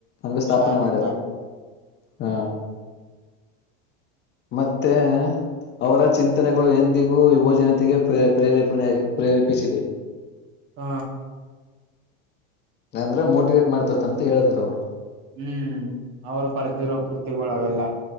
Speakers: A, on the left (about 30°); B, on the right (about 35°).
A: ಹಂಗ್ ಸ್ಥಾಪನೆ
B: ಶಾಲೆ
A: ಮಾಡ್ಯಾರ
B: ಕಾಲೇಜ್
A: ಹಾ. ಮತ್ತೆ ಅವರ ಚಿಂತನೆಗಳು ಎಂದಿಗೂ ಯುವ ಜನತೆಗೆ ಪ್ರ ಪ್ರೇರೇಪಣೆ ಪ್ರೇರೇಪಿಸಿದೆ.
B: ಹ್ಮ
A: ಇಲ್ಲಂದ್ರೆ ಮೋಟಿವೇಟ್ ಮಾಡ್ತೇತಿ ಅಂತ ಹೇಳೇಳ್ತಾರ ಅವರು
B: ಹ್ಮ್ ಅವ್ರು ಬರ್ದಿರೋ ಕೃತಿಗಳು ಅವೆಲ್ಲ.